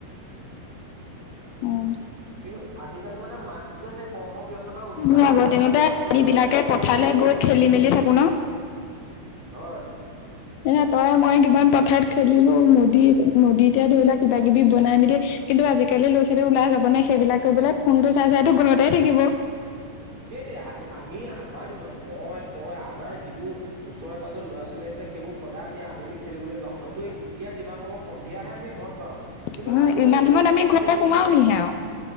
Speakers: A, on the left (about 80°); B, on the right (about 35°).
A: উম
B: কিন্তু আজিকালি মানে মাক বুকে সেই কৰ্ম ব্যস্ত টা উজুহাত
A: আমি
B: দেখুৱাই
A: আগৰ
B: মানে
A: দিনতে
B: ল'ৰাটো বা
A: আমি
B: ছোৱালীজনক
A: বিলাকে
B: সেই
A: পথাৰলৈ
B: মোবাইলটো
A: গৈ
B: দি পঠায়।
A: খেলি মেলি থাকো ন
B: হয়।
A: এ তই মই কিমান পথাৰত খেলিলো নদী নদী এতেয়া ধৰি লোৱা কিবা কিবি বনাই মেলি কিন্তু আজিকালি ল'ৰা ছোৱালী ওলাই যাব নে সেইবিলাক কৈ পেলাই ফোনটো চাই চাইটো ঘৰতেই থাকিব।
B: সেইটোৱে আজি আমি আমাৰ দিনত মই তই আমাৰ যিবোৰ ওচৰে পাজৰ লৰা ছোৱালী আছিলে সেইবোৰ সদায় আমি আবেলি খেলিবলৈ যাওঁ হয়তো এতিয়া যিমান সম সন্ধিয়াহে আমি ঘৰত পওঁৱে
A: উম
B: কিন্তু আজিকালি
A: ইমান সময়ত
B: তই ল'ৰা
A: আমি ঘৰ
B: ছোৱালী দেখিবি
A: সোমাওহিহে আৰু।